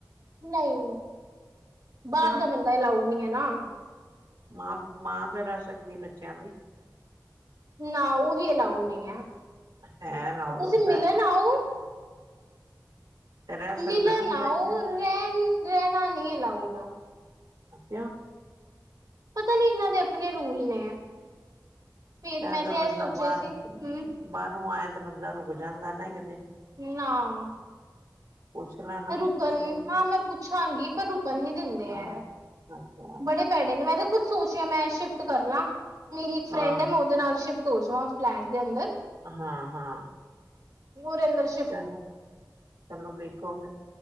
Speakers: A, on the right (about 55°); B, on the right (about 75°).
A: ਨਹੀਂ ਬਾਹਰ
B: ਕਿਉਂ
A: ਦਾ ਬੰਦਾ ਐਲਾਊਡ ਨਹੀਂ ਐ ਨਾ
B: ਮਾਂ ਮਾਂ ਤਾਂ ਰਹਿ ਸਕਦੀ ਬੱਚਿਆਂ ਦੀ
A: ਨਾ ਉਹ ਵੀ ਅਲਾਊਡ ਨਹੀਂ ਐ ਹਮ
B: ਹੈ ਅਲਾਊਡ
A: ਤੁਸੀਂ
B: ਹੁੰਦਾ
A: ਮਿਲਣ ਆਓ
B: ਤੇ ਰਹਿ
A: ਲਿਲਣ
B: ਸਕਦਾ ਬੰਦਾ
A: ਆਓ
B: ਇੱਕ ਦਿਨ
A: ਰਹਿਣ ਰਹਿਣਾ ਨੀ ਅਲਾਉਡ
B: ਕਿਉਂ
A: ਪਤਾ ਨੀ ਇਹਨਾਂ ਦੇ ਆਪਣੇ ਰੂਲ ਨੇ ਫੇਰ ਮੈਂ
B: ਅਗਰ
A: ਤੇ
B: ਬੰਦਾ
A: ਐ ਸੋਚਿਆ
B: ਬਾਹਰ
A: ਸੀ ਹਮ
B: ਬਾਹਰੋਂ ਆਇਆ ਤੇ ਬੰਦਾ ਰੁਕ ਜਾਂਦਾ ਨਾ ਇੱਕ ਦਿਨ
A: ਨਾਂ
B: ਪੁੱਛ ਲੈਣਾ ਕਿਸੇ
A: ਰੁਕਣ
B: ਕੋਲ
A: ਹਾਂ ਮੈਂ ਪੁੱਛਾਂਗੀ ਪਰ ਰੁਕਣ ਨੀ ਦਿੰਦੇ
B: ਹਾਂ
A: ਐ
B: ਅੱਛਾ
A: ਬੜੇ <unintelligible> ਭੈੜੇ ਨੇ ਮੈਂ ਤਾਂ ਖੁਦ ਸੋਚ ਰੀ ਆਂ ਮੈਂ ਸ਼ਿਫਟ ਕਰ ਲਾਂ ਮੇਰੀ ਇੱਕ ਫਰੈਂਡ
B: ਹਾਂ
A: ਐ, ਮੈਂ ਉਹਦੇ ਨਾਲ ਸ਼ਿਫਟ ਹੋ ਜਾਵਾਂ ਫਲੈਟ ਦੇ ਅੰਦਰ
B: ਹਾਂ ਹਾਂ
A: ਗਰੇਦਰ- <unintelligible>
B: ਚਲੋ, ਚਲੋ ਵੇਖੋ ਫੇਰ